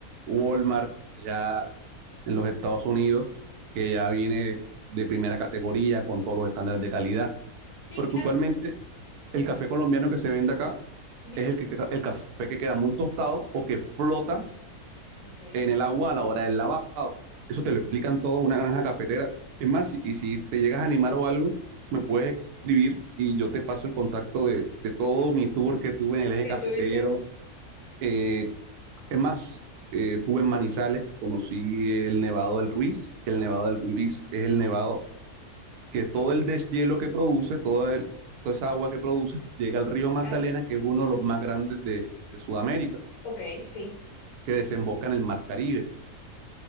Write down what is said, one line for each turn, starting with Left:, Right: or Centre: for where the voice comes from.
Right: Walmart ya en los Estados Unidos, que ya viene de primera categoría con todos los estándares de calidad,
Left: Sí,
Right: porque
Left: claro.
Right: usualmente el café colombiano que se vende acá
Left: Ujú,
Right: es el, que, el café que queda muy tostado o que flota
Left: Ok, ¿qué
Right: en el agua a la hora del lavado. Eso te lo explican todo una granja cafetera. Es más, si- y si te llegas a animar o algo, me puedes escribir y yo te paso el contacto de, de todo mi tour que tuve en el eje cafetero.
Left: tuviste?
Right: Eh, es más, eh, tuve en Manizales, conocí el Nevado del Ruiz, que el Nevado del Ruiz es el nevado que todo el deshielo que produce, todo el, toda esa agua que produce, llega al río Magdalena,
Left: Ar-
Right: que es uno de los más grandes de, de Sudamérica,
Left: ok, sí,
Right: que desemboca en el Mar Caribe.